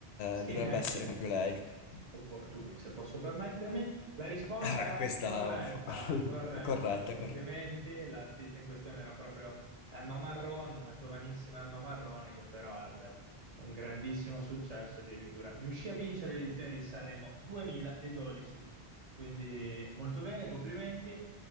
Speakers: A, on the right; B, on the left.
A: Sì,
B: eh, dovrebbe
A: neanche
B: essere proprio lei. <laughs>
A: opportuni, se posso permettermi. La risposta
B: Ah, Questa
A: è corretta,
B: <laughs>
A: corretta.
B: è corretta,
A: Complimenti.
B: è corretta.
A: L'artista in questione era proprio Emma Marrone, una giovanissima Emma Marrone che però ebbe un grandissimo successo, addirittura riuscì a vincere l'edizione di Sanremo 2012. Quindi molto bene, complimenti.